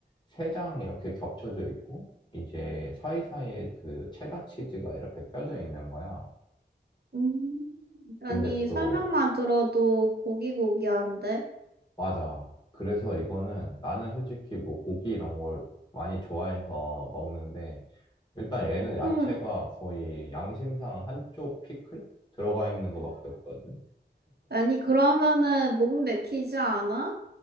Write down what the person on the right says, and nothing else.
음, 아니,
설명만 들어도 고기고기한데.
응.
아니, 그러면은 목 맥히지 않아?